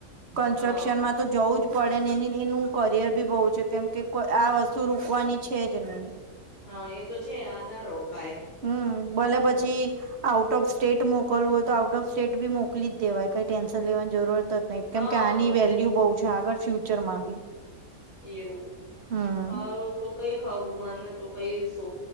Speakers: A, on the right; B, on the left.
A: કન્સ્ટ્રક્શનમાં
B: હા
A: તો જવું જ પડે ને એની એનું કરિયર બી બહુ છે કેમ કે આ વસ્તુ તું રુકવાની છે જ નહીં.
B: હા એ તો છે આ ના રોકાય,
A: હમ ભલે પછી
B: હમ્મ.
A: આઉટ ઓફ સ્ટેટ મોકલવો હો તો આઉટ ઓફ સ્ટેટ બી મોકલી જ દેવાય કઈ ટેન્શન લેવાની જરૂરત જ નહી,
B: હા
A: કેમ કે આની વેલ્યુ બઉ છે આગળ ફ્યુચરમાં બી.
B: એવું,
A: હમ
B: હારું તો કઈ ખબ મને તો કઈ સો